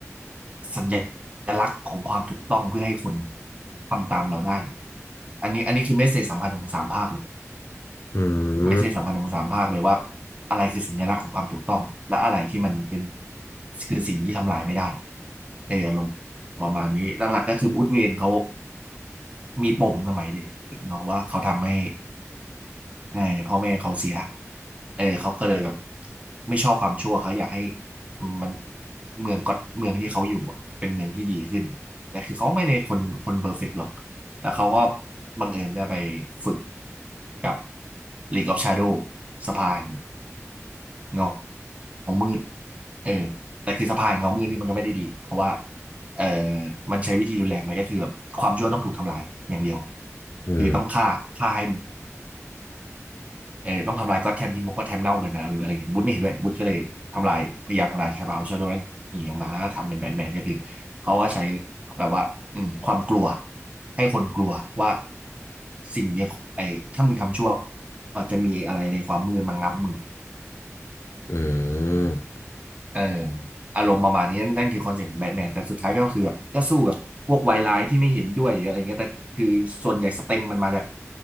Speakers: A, on the right (about 25°); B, on the left (about 60°).
A: สัญลักษณ์ของความถูกต้องเพื่อให้คนทำตามเราได้อันนี้อันนี้คือเมสเซจสำคัญของสามภาคเลย
B: อื
A: เมสเซจสำคัญของสามภาคเลยว่า
B: ม
A: อะไรคือสัญลักษณ์ของความถูกต้องและอะไรที่มันเป็นคือสิ่งที่ทำลายไม่ได้เอออารมณ์ประมาณนี้หลักๆก็คือบูธเวนเขามีปมสมัยเด็กเนาะว่าเขาทำให้ เออพ่อแม่เขาเสียเออเขาก็เลยแบบไม่ชอบความชั่วเขาอยากให้มันเมืองก็เมืองที่เขาอยู่อะเป็นเมืองที่ดีขึ้นแต่คือเขาไม่ได้คนคนเพอร์เฟกต์หรอกแล้วเขาก็บังเอิญได้ไปฝึกกับ League of Shadow สะพานเงาเงามืดเออแต่คือสะพานเงามืดนี่มันก็ไม่ได้ดีเพราะว่าเออมันใช้วิธีรุนแรงไปก็คือแบบความชั่วต้องถูกทำลายอย่างเดียว
B: อืม
A: คือต้องฆ่าฆ่าให้ เออต้องทำลายก็อตแทมทิ้งเก็อตแทมเน่าเกินไปแล้วหรืออะไรอย่างเงี้ยบุ๊ทไม่เห็นด้วยบุ๊ทก็เลยทำลายพยายามทำลายชาบาวชาโดนั้นหนีออกมาแล้วก็ทำเป็นแบทแมนก็คือเขาก็ใช้แบบว่าอืมความกลัวให้คนกลัวว่าสิ่งเนี้ยไอ้ถ้ามึงทำชั่วอาจจะมีอะไรในความมืดมางับมึง
B: อืม
A: เอออารมณ์ประมาณนี้นั่นนั่นคือคอนเซ็ปต์แบทแมนแต่สุดท้ายก็คือแบบก็สู้กับพวกวายร้ายที่ไม่เห็นด้วยหรืออะไรเงี้ยแต่คือส่วนใหญ่สเต็มมันมาจาก